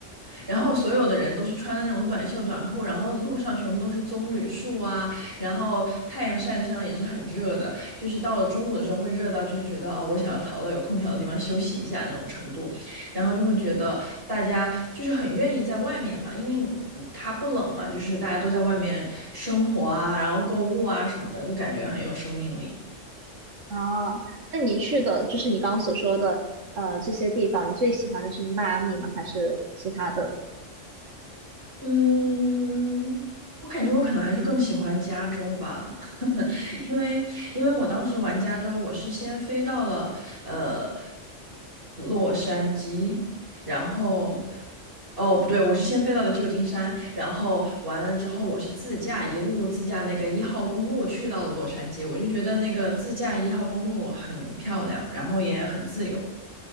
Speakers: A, on the right; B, on the right.
A: 然后所有的人都是穿的那种短袖短裤，然后路上全部都是棕榈树啊，然后太阳晒在身上也是很热的，就是到了中午的时候会热到就是觉得哦，我想要逃到有空调的地方休息一下那种程度，然后就会觉得大家就是很愿意在外面嘛，因为它不冷嘛，就是大家都在外面生活啊，然后购物啊什么的，就感觉很有生命力。
B: 啊，那你去的就是你刚刚所说的呃这些地方，你最喜欢的是迈阿密吗？还是其他的？
A: 嗯，我感觉我可能还是更喜欢加州吧，<laughs> 因为因为我当时玩加州，我是先飞到了呃洛杉矶，然后哦不对，我是先飞到了旧金山，然后完了之后我是自驾一路自驾那个一号公路去到了洛杉矶，我就觉得那个自驾一号公路很漂亮，然后也很自由。